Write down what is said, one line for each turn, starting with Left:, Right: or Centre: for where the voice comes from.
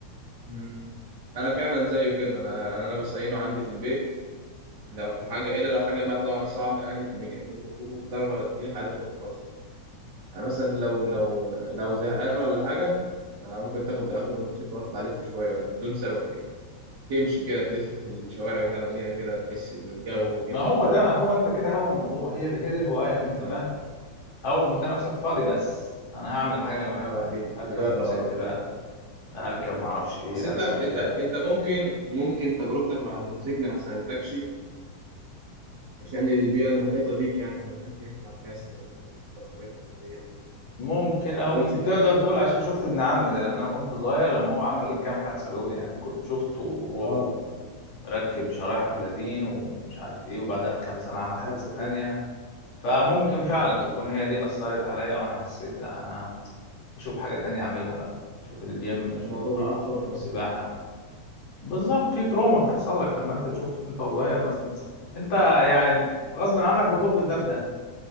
Right: مم. انا فعلا زيه جدا انا انا بصينه عندي في البيت لو حاجه الا لو حاجه بقى طبعا صعبه يعني في الميكانيك وكده بضطر اوديه لحد متخصص يعني مثلا لو لو لو زهقان ولا حاجة آه، ممكن تاخد اخد الموتوسيكل واطلع الف شوية بدون سبب كده تمشي كده تلف في الشوارع بتاع المدينة كده تحس الجو كده
Left: ما هو
Right: وبتاع
Left: ده هو انت كده هو الموضوع هي هي دي الهوايه ان انت
Right: اه
Left: فاهم اول ما تلاقي نفسك فاضي بس انا هعمل الحاجه اللي بحبها
Right: اه ت-
Left: اركب
Right: تجرب
Left: موتوسيكل
Right: على طول
Left: بقى اركب معرفش ايه
Right: بس انت
Left: امسك
Right: انت
Left: كتاب
Right: انت ممكن ممكن تجربتك مع الموتوسيكل ما ساعدتكش عشان البيئة المحيطة بيك يعني ما كانش ينفع فيها استخدام البرمجات النارية او كده
Left: ممكن
Right: ما اضطرتش
Left: او م-
Right: انك
Left: تقدر
Right: تستخدم
Left: تقول عشان شفت ابن عمي ده لان انا كنت صغير لما هو عمل الكام حادثه دول يعني كو- وشفته وهو
Right: اه
Left: ركب شرايح ابلاتين ومش عارف ايه وبعدها بكام سنه عمل
Right: ف- حصل
Left: حادثه
Right: لك
Left: تانية
Right: شوك
Left: فممكن فعلا تكون هي دي اثرت عليا او انا حسيت لا انا اشوف حاجه تانية اعملها بقى اشوف الجيم
Right: يعني
Left: اشوف
Right: الموضوع
Left: قراءه
Right: بيجيب صدمة
Left: اشوف سباحه بالظبط في تروما بتحصل لك لما انت تشوف انت وصغير مثلا انت يعني غصب عنك بتربط ده بده